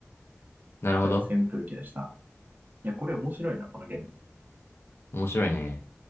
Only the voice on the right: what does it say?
答えは扇風機でした。いや、これ面白いな、このゲーム。